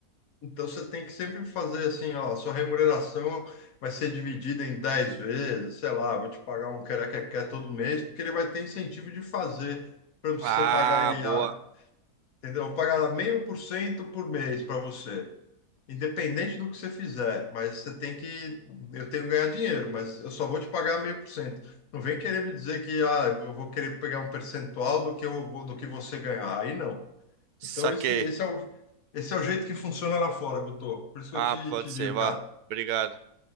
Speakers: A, on the left; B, on the right.
A: Então você tem que sempre fazer assim, ó, a sua remuneração vai ser dividida em 10 vezes, sei lá, vou te pagar um quer quer todo mês, porque ele vai ter incentivo de fazer. Por exemplo,
B: Ah,
A: se você pagar ele,
B: boa.
A: ah, Entendeu? Eu vou pagar meio por cento por mês para você, independente do que você fizer. Mas você tem que, eu tenho que ganhar dinheiro, mas eu só vou te pagar meio por cento. Não vem querer me dizer que ah, eu vou querer pegar um percentual do que eu vou- do que você ganhar. Aí não.
B: Saquei.
A: Então esse, esse é o, esse é o jeito que funciona lá fora, Guto. Por isso
B: Ah,
A: que eu te,
B: pode
A: te
B: ser,
A: digo,
B: vá.
A: cara,
B: Obrigado.